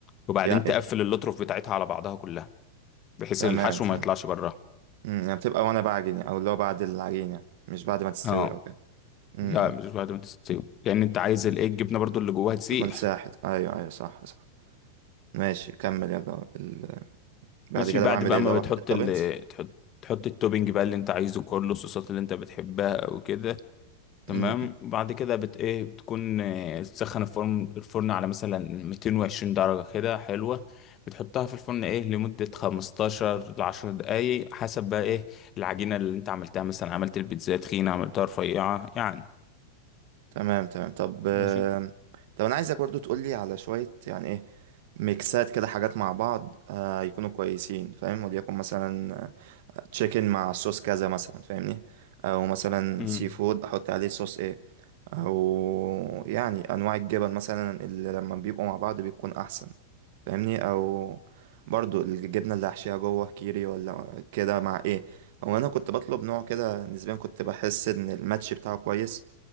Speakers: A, on the left (about 35°); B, on the right (about 65°).
A: وبعدين
B: يعني
A: تقفل اللطرف بتاعتها على بعضها كلها بحيث
B: تمام
A: الحشو
B: تمام
A: ما يطلعش براها
B: مم، يعني بتبقى وانا بعجن يعني، او اللي هو بعد العجينة يعني مش بعد ما تستوي
A: اه
B: او كده امم
A: لا مش بعد ما تستوي لان انت عايز الايه الجبنة برضو اللي جواها تسيح
B: تكون ساحت ايوه ايوه صح صح ماشي كمل يلا ال... بعد
A: ماشي
B: كده
A: بعد
B: بعمل
A: بقى
B: ايه لو
A: ما بتحط
B: احط التوبنز
A: ال تحط تحط التوبينج بقى اللي انت عايزه كله الصوصات اللي انت بتحبها او كده تمام
B: م- م.
A: وبعد كده بت ايه بتكون آه، تسخن الفرن الفرن على مثلا 220 درجة كده حلوة بتحطها في الفرن ايه لمدة 15 ل 10 دقايق حسب بقى ايه العجينة اللي انت عملتها مثلا عملت البيتزا تخينة عملتها رفيعة يعني
B: تمام تمام طب آم،
A: ماشي
B: طب انا عايزك برضو تقول لي على شوية يعني ايه ميكسات كده حاجات مع بعض آه يكونوا كويسين فاهم وليكن مثلا تشيكن مع صوص كذا مثلا فاهمني او مثلا
A: امم
B: سي فود احط عليه صوص ايه او يعني انواع الجبن مثلا اللي لما بيبقوا مع بعض بيكون احسن فاهمني او برضو الجبنه اللي هحشيها جوه كيري ولا كده مع ايه هو انا كنت بطلب نوع كده نسبيا كنت بحس ان الماتش بتاعه كويس